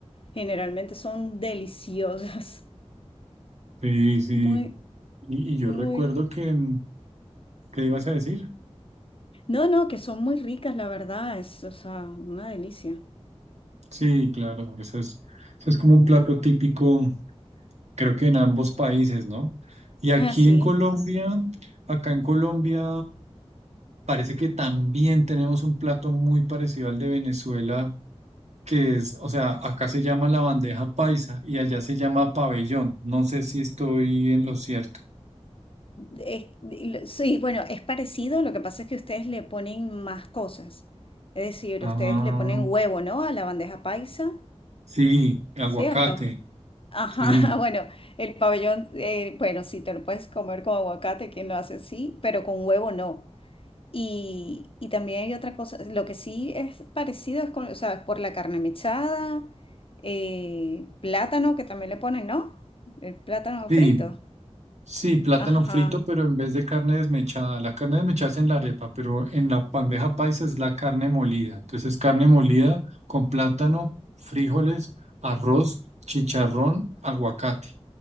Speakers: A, on the left (about 55°); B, on the right (about 85°).
A: Generalmente son deliciosas,
B: sí,
A: <laughs>
B: sí.
A: muy,
B: Y, y yo
A: muy...
B: recuerdo que, mm, ¿qué ibas a decir?
A: No, no, que son muy ricas, la verdad, es, o sea, una delicia.
B: Sí, claro, eso es, eso es como un plato típico creo que en ambos países, ¿no? Y aquí
A: Ah, sí.
B: en Colombia, acá en Colombia, parece que también tenemos un plato muy parecido al de Venezuela, que es, o sea, acá se llama la bandeja paisa y allá se llama pabellón. No sé si estoy en lo cierto.
A: Es- lo- sí, bueno, es parecido, lo que pasa es que ustedes le ponen más cosas. Es decir,
B: Ah,
A: ustedes le ponen huevo, ¿no? A la bandeja paisa,
B: sí, aguacate,
A: ¿cierto? Ajá,
B: sí.
A: <laughs> bueno, el pabellón, eh, bueno, sí, te lo puedes comer con aguacate, quien lo hace, sí, pero con huevo no. Y, y también hay otra cosa, lo que sí es parecido es con, o sea, por la carne mechada, eh, plátano que también le ponen, ¿no? El plátano
B: Sí,
A: frito.
B: Sí, plátano
A: Ajá.
B: frito, pero en vez de carne desmechada. La carne desmechada es en la arepa, pero en la bandeja paisa es la carne molida. Entonces, carne molida con plátano, frijoles, arroz, chicharrón, aguacate.